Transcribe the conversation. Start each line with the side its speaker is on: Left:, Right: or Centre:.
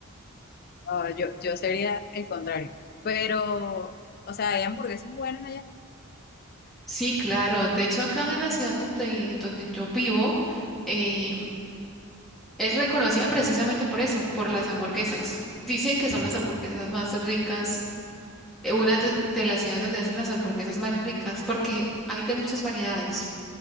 Left: No, yo, yo sería el contrario. Pero, o sea, hay hamburguesas buenas allá.
Centre: Sí, claro. De hecho, acá en la ciudad donde, donde yo vivo, eh, es reconocida precisamente por eso, por las hamburguesas. Dicen que son las hamburguesas más ricas, eh, una de, de las ciudades donde hacen las hamburguesas más ricas, porque hay de muchas variedades.